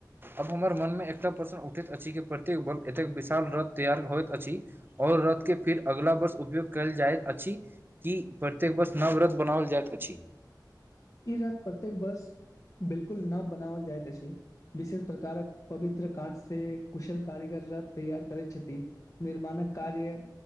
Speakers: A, on the right (about 30°); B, on the left (about 45°).
A: आब हमर मनमे एकटा प्रश्न उठैत अछि कि प्रत्येक बल एतेक विशाल रथ तैयार होएत अछि। और रथ के फिर अगिला वर्ष उपयोग कैल जाएत अछि। की प्रत्येक वर्ष नव रथ बनावल जाएत अछि।
B: ई रथ प्रत्येक वर्ष बिल्कुल नव बनावल जाएत अछि विशेष प्रकारक पवित्र काँठ से कुशल कारीगर रथ तैयार करैत छथि निर्माणक कार्य